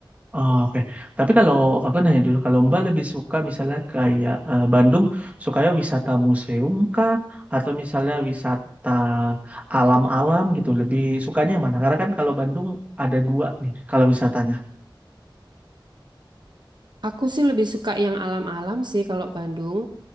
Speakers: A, on the right (about 20°); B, on the right (about 60°).
A: Oh, Oke. Tapi kalau aku nanya dulu, kalau Mbak lebih suka misalnya kayak eh, Bandung, sukanya wisata museum kah? Atau misalnya wisata alam-alam gitu? Lebih sukanya yang mana? Karena kan kalau Bandung ada dua nih, kalau wisatanya.
B: Aku sih lebih suka yang alam-alam sih kalau Bandung.